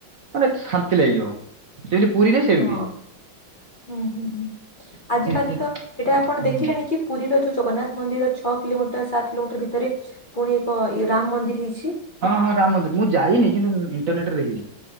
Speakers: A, on the right; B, on the left.
A: ମାନେ ଶାନ୍ତି ଲାଗିବ। ଯେମିତି ପୁରୀରେ ସେମିତି
B: ହଁ ହୁଁ ହୁଁ ହୁଁ
A: ସେଠି
B: ଆଜ କାଲି
A: ଏତେ
B: ତ ଏଇଟା ଆପଣ
A: ହୁଁ
B: ଦେଖିଲେଣି କି ପୁରୀର ଯୋଉ। ଜଗନ୍ନାଥ ମନ୍ଦିରର ଛଅ କିଲୋମିଟର ସାତ କିଲୋମିଟର ଭିତରେ ପୁଣି ଏକ ରାମ ମନ୍ଦିର ହେଇଛି।
A: ହଁ ହଁ ରାମ ମନ୍ଦିର ମୁଁ ଯାଇନି କିନ୍ତୁ ଇଣ୍ଟରନେଟ ରେ ଦେଖିଛି।